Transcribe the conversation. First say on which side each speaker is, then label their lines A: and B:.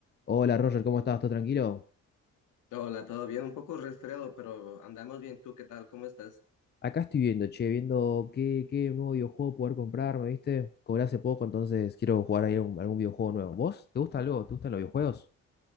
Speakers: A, on the left; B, on the left.
A: Hola Roger, ¿cómo estás? ¿Todo tranquilo?
B: Hola, todo bien, un poco resfriado, pero andamos bien. ¿Tú qué tal? ¿Cómo estás?
A: Acá estoy viendo, che, viendo qué, qué nuevo videojuego poder comprarme, ¿viste? Cobré hace poco, entonces quiero jugar ahí algún, algún videojuego nuevo. ¿Vos? ¿Te gusta algo? ¿Te gustan los videojuegos?